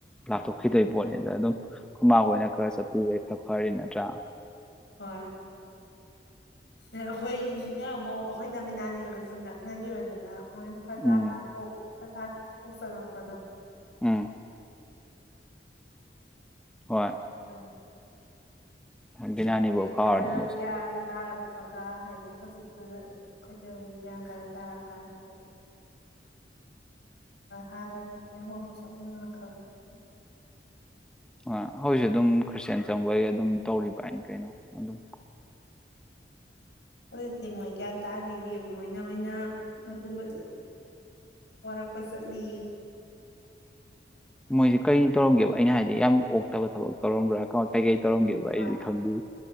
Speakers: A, in the centre; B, on the left.
A: ꯂꯥꯊꯣꯛꯈꯤꯗꯣꯏ ꯄꯣꯠꯅꯤꯗ ꯑꯗꯨꯝ ꯈꯨꯃꯥꯡ ꯑꯣꯏꯅ ꯈꯔ ꯆꯠꯄꯨꯔꯦ ꯈ ꯐꯔꯤ ꯅꯠꯇ꯭ꯔꯥ
B: ꯍꯣꯏ ꯑꯩꯈꯣꯏꯅ ꯑꯃꯨꯛ ꯑꯩꯈꯣꯏꯅꯃꯤꯅꯥꯅꯤ ꯑꯣꯏꯒꯁꯨ ꯅꯛꯅꯈꯤꯕꯅꯤꯅ ꯃꯣꯏ ꯐꯖꯥ
A: ꯎꯝ
B: ꯀꯥꯡꯈꯣꯛ ꯐꯠ ꯐꯥꯠ ꯀꯣꯛ ꯆꯉꯛꯄꯗꯣ ꯑꯗꯨ
A: ꯎꯝ ꯍꯣꯏ
B: ꯎ ꯈꯪꯕꯅꯤ
A: ꯗꯤꯅꯥꯅꯤꯐꯥꯎ
B: ꯑꯩꯣꯏ ꯈꯔ
A: ꯀꯥꯎꯔꯗꯤ ꯃꯣꯏꯁꯨ
B: ꯒ꯭ꯌꯥꯟ ꯇꯥꯔꯛ ꯍꯥꯄꯒ ꯍꯥꯏꯗꯤ ꯍꯧꯖꯤꯛꯇꯨꯗ ꯑꯩꯈꯣꯏꯗ ꯒ꯭ꯌꯥꯟ ꯀꯥꯏꯔ ꯇꯥꯔꯀꯥꯟꯗꯥꯡ ꯍꯥꯟꯅ ꯉꯥꯛꯇꯍꯣꯡꯕ ꯁꯛꯅ ꯉ ꯈꯪꯗꯤꯩ
A: ꯑ ꯍꯧꯖꯤꯛ ꯑꯗꯨꯝ ꯈ꯭ꯔꯤꯁꯇꯦꯟ ꯆꯪꯕꯒꯤ ꯑꯗꯨꯝ ꯇꯧꯔꯤꯕ ꯍꯥꯏꯅ ꯀꯩꯅꯣ ꯑꯗꯨꯝ
B: ꯍꯧꯖꯤꯛꯇꯤ ꯃꯣꯏ ꯒ꯭ꯌꯥꯟ ꯇꯥꯔꯤꯌꯦ ꯃꯣꯏꯅꯅ ꯃꯣꯏꯒꯨꯝꯕꯗꯨ ꯋꯥꯔꯛꯄ ꯆꯠꯂꯤ
A: ꯃꯣꯏꯁꯦ ꯀꯔꯤ ꯇꯧꯔꯝꯒꯦꯕ ꯑꯩꯅ ꯍꯥꯏꯗꯤ ꯌꯥꯝ ꯑꯣꯛꯇꯕ ꯊꯕꯛ ꯇꯧꯔꯝꯕ꯭ꯔꯥ ꯀ ꯀꯩꯀꯩ ꯇꯧꯔꯝꯒꯦꯕ
B: ꯍꯣꯏ
A: ꯑꯩꯗꯤ ꯈꯪꯗꯦ